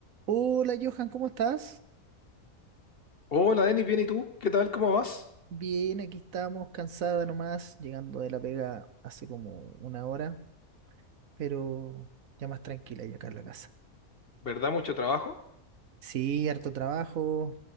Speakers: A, on the right; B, on the left.
A: Hola Johan, ¿cómo estás?
B: Hola Denis, bien, ¿y tú? ¿Qué tal? ¿Cómo vas?
A: Bien, aquí estamos, cansada nomás, llegando de la pega hace como una hora, pero ya más tranquila ya acá en la casa.
B: ¿Verdad? Mucho trabajo,
A: Sí, harto trabajo,